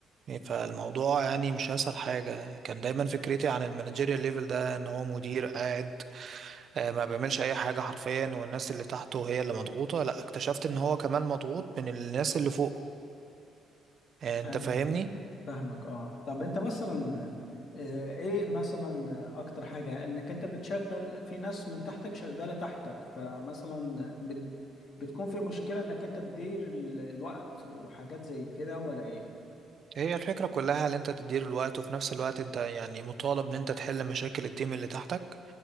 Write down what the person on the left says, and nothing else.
فهمتك
فاهمك اه طب انت مثلا آه، ايه مثلا اكتر حاجة انك انت بتشغل في ناس من تحتك شغالة تحتك فمثلا بت بتكون في مشكلة انك انت تدير ال- الوقت وحاجات زي كده ولا ايه